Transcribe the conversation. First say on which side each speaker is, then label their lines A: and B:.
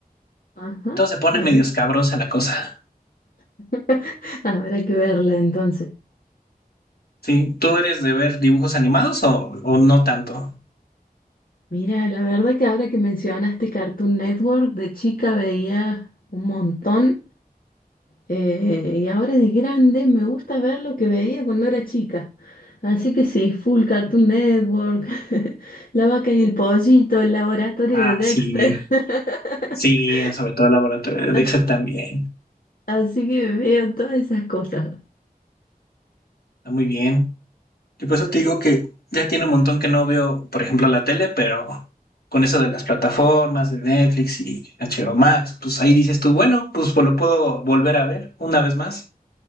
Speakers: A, on the left (about 65°); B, on the left (about 80°).
A: Ajá.
B: Entonces se pone
A: Bueno,
B: medio escabrosa la cosa.
A: <laughs> habrá que verla entonces.
B: ¿Sí? ¿Tú eres de ver dibujos animados o, o no tanto?
A: Mira, la verdad que ahora que mencionaste Cartoon Network, de chica veía un montón. Eh, y ahora de grande me gusta ver lo que veía cuando era chica. Así que sí, full Cartoon Network, <laughs> La vaca y el pollito, el laboratorio
B: Ah,
A: de Dexter.
B: sí,
A: <laughs>
B: sí, sobre todo el laboratorio de Dexter
A: A-
B: también.
A: Así que veo todas esas cosas.
B: Está muy bien. Y por eso te digo que ya tiene un montón que no veo, por ejemplo, la tele, pero con eso de las plataformas, de Netflix y HBO Max, pues ahí dices tú, bueno, pues pues lo puedo volver a ver una vez más.